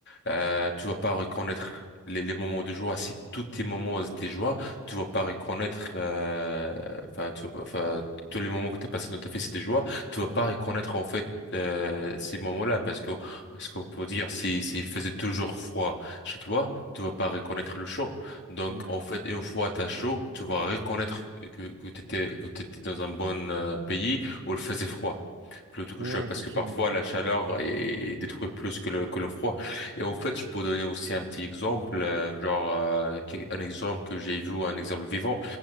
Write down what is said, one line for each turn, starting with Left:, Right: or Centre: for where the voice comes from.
Left: euh, tu vas pas reconnaître les, les moments de joie. Si tous tes moments étaient joie, tu vas pas reconnaître, euh, enfin, tu vas pas- enfin, tous les moments que tu as passé dans ta vie c'est des joies, tu vas pas reconnaître en fait euh, ces moments-là parce que ce qu'on peut dire, si s'il faisait toujours froid chez toi, tu vas pas reconnaître le chaud. Donc
Right: Ouais,
Left: en fait, une fois t'as chaud, tu vas reconnaître que que t'étais que t'étais dans un bon euh, pays où il faisait froid plutôt que
Right: ouais,
Left: chaud parce
Right: effectivement.
Left: que parfois la chaleur est détruit plus que le que le froid. Et en fait, je peux donner aussi un petit exemple, euh, genre euh, quel- un exemple que j'ai vu, un exemple vivant